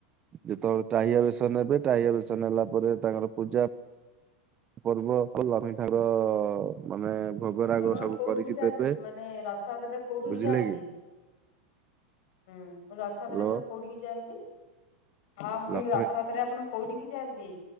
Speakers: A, on the right; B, on the left.
A: ଯେତେବେଳେ ଟାହିଆ ବେଶ ନେବେ ଟାହିଆ ବେଶ ନେଲା ପରେ ତାଙ୍କର ପୂଜା ପର୍ବ କଲମୀ ଠାର ମାନେ ଭୋଗ
B: ଆପଣ
A: ରାଗ ସବୁ
B: କୋଉଠିକି
A: କରିକି
B: ଯାଆନ୍ତି
A: ଦେବେ
B: ମାନେ ରଥଯାତ୍ରାରେ କୋଉଠିକି
A: ବୁଝିଲେ
B: ଯାଆନ୍ତି?
A: କି?
B: ହୁଁ ରଥଯାତ୍ରା
A: ହ୍ୟାଲୋ
B: ଆପଣ କୋଉଠିକି ଯାଆନ୍ତି? ହଁ ମୁଁ କହିଲି
A: ଲକ୍ଷ୍ମୀ
B: ରଥଯାତ୍ରାରେ ଆପଣ କୋଉଠିିକି ଯାଆନ୍ତି?